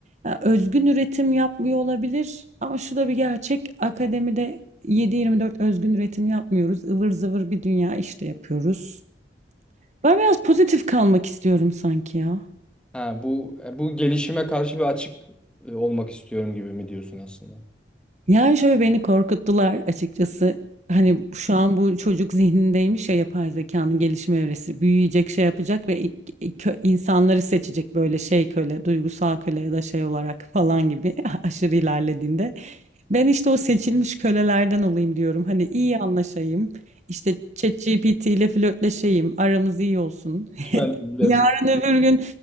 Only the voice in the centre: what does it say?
Ha, bu e, bu gelişime karşı bir açık e, olmak istiyorum gibi mi diyorsun aslında?
Ben de-